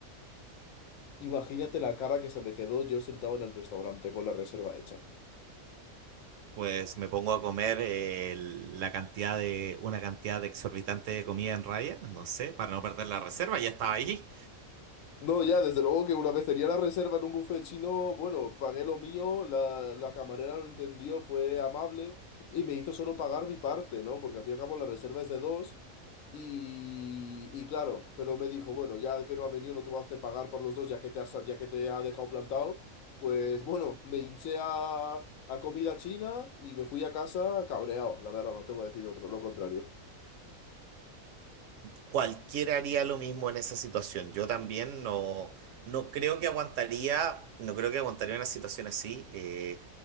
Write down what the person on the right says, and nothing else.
Pues me pongo a comer eh, la cantidad de, una cantidad de exorbitante de comida en raya, no sé, para no perder la reserva, ya estaba ahí.
Cualquiera haría lo mismo en esa situación. Yo también no, no creo que aguantaría, no creo que aguantaría una situación así. Eh,